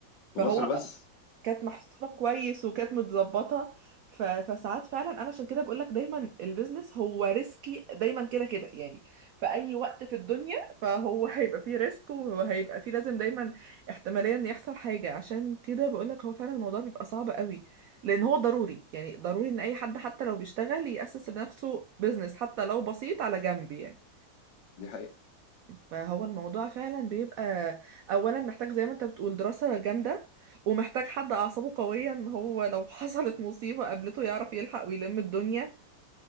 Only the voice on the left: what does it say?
في مصر بس
دي حقيقة